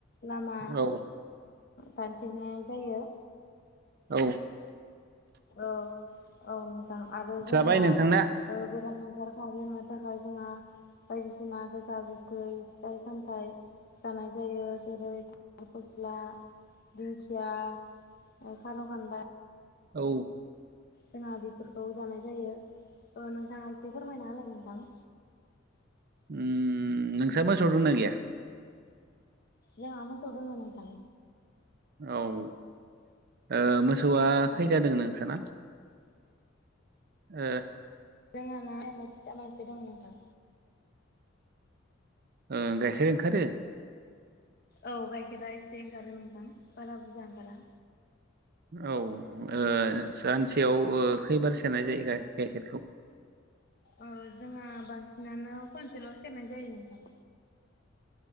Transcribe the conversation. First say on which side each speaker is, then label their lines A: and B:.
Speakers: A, on the left (about 50°); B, on the right (about 50°).
A: लामा
B: औ
A: दानथेनाय जायो
B: औ
A: औ औ नोंथां आरो जोंहा
B: जाबाय नोंथांना
A: ओ बेराम आजार खारहोनो थाखाय जोंहा बायदिसिना गोखा गोखै फिथाइ सामथाइ जानाय जायो जेरै थालिर फस्ला दिंखिया ए खार' खानदाय
B: औ
A: जोंहा बेफोरखौ जानाय जायो ओ नोंथाङा एसे फोरमायना होलाय नोंथां
B: उम नोंस्रा मोसौ दंना गैया
A: जोंहा मोसौ दङ' नोंथां
B: औ मोसौआ खैता
A: औ
B: दं नोंसाना? ओ
A: जोंहा ना आरैनो फिसा मासे दं नोंथां
B: ओं गाइखेर ओंखारो
A: औ गाइखेरा एसे ओंखारो नोंथां बारा बुरजा ओंखारा
B: औ ओ सानसेयाव ओ खैबार सेरनाय जायो गाइखेरखौ?
A: औ जोंहा बांसिनानो खनसेल' सेरनाय जायो नोंथां